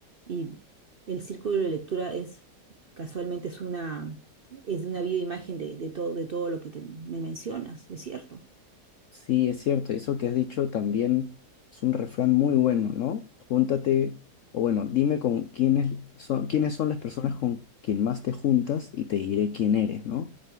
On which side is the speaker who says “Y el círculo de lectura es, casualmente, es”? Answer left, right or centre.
Right